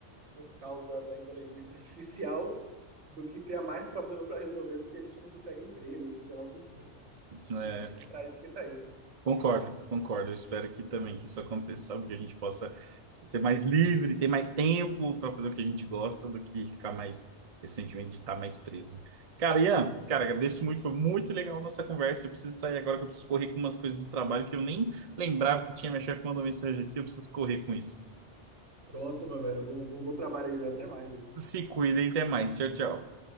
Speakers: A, on the right; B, on the right.
A: por causa da inteligência <laughs> artificial do que ter mais problema para resolver porque a gente não consegue emprego, ou seja lá o que for, sabe? Acho
B: É,
A: que, acho que é para isso que tá aí.
B: Concordo, concordo. Eu espero que também que isso aconteça, sabe? Que a gente possa ser mais livre, ter mais tempo para fazer o que a gente gosta do que ficar mais esse sentimento de estar mais preso. Cara, Ian, cara, agradeço muito, foi muito legal a nossa conversa. Eu preciso sair agora que eu preciso correr com umas coisas do trabalho que eu nem lembrava que tinha. Minha chefe mandou mensagem aqui, eu preciso correr com isso.
A: Pronto, meu velho. Bom, bom, bom trabalho aí, velho. Até mais aí.
B: Se cuida e até mais. Tchau, tchau.